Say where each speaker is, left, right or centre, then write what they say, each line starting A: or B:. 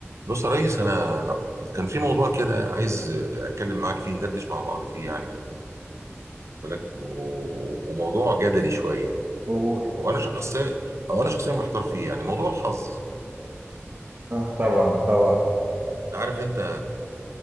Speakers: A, on the right (about 80°); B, on the right (about 40°).
A: بص يا ريس انا كان في موضوع كده عايز اتكلم معاك فيه ندردش مع بعض فيه يعني كده قلت لك و- وموضوع جدلي شويه
B: قول
A: وانا شخصيا او انا شخصيا محتار فيه يعني موضوع الحظ
B: آه طبعا طبعا
A: انت عارف انت